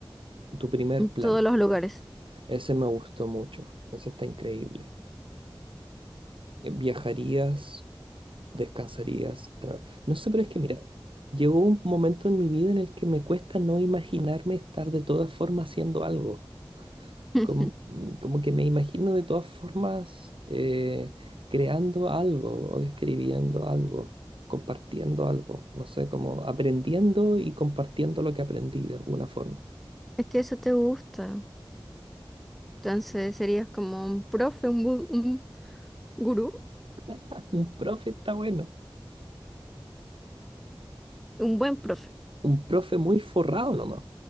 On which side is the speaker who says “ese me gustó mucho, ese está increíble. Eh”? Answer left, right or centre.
Right